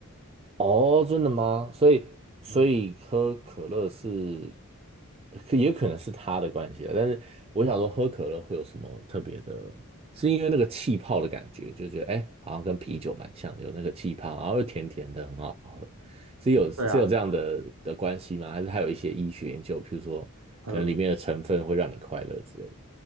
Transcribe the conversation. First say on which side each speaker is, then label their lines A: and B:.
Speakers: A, on the right; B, on the right.
A: 哦，真的吗？所以，所以喝可乐是，
B: 嗯，
A: 可也可能是他的关系了。但是我想说，喝可乐会有什么特别的？是因为那个气泡的感觉，就觉得哎，诶好像跟啤酒蛮像的，有那个气泡，然后又甜甜的，很好喝。是有是有这样的的关系吗？
B: 对啊，
A: 还是它有一些医学研究，譬如说可能里面的成分会让你快乐之类的？
B: 呃，